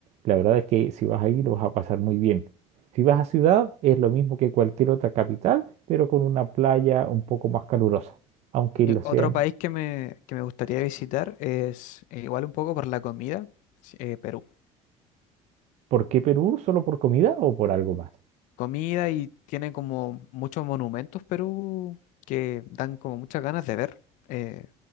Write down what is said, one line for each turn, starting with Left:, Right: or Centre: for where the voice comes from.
Right: La verdad es que si vas ahí lo vas a pasar muy bien. Si vas a ciudad es lo mismo que cualquier otra capital, pero con una playa un poco más calurosa aunque el
Left: Y
Right: océano
Left: otro país que me, que me gustaría visitar es eh, igual un poco por la comida, sí, eh, Perú.
Right: ¿Por qué Perú? ¿Solo por comida o por algo más?
Left: Comida y tiene como muchos monumentos Perú que dan como muchas ganas de ver eh,